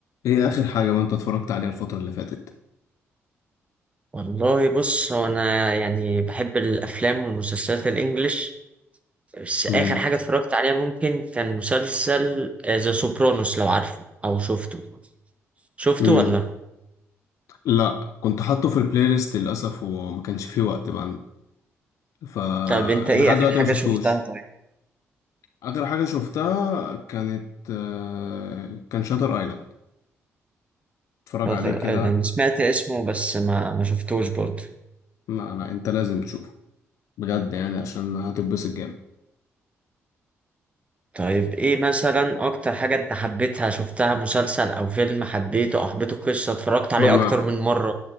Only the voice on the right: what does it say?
والله بص هو انا يعني بحب الافلام والمسلسلات الانجليش بس اخر
حاجه اتفرجت عليها ممكن كان مسلسل ذا سوبرانوس لو عارفه او شفته شفته
ولا
طب انت ايه
اخر
حاجه
شفتها طيب
شاتر
ايلاند سمعت اسمه بس ما ما شفتوش برضه
طيب ايه مثلا اكتر حاجه انت حبيتها شفتها مسلسل او فيلم حبيته او حبيته قصه اتفرجت عليه
اكتر من مره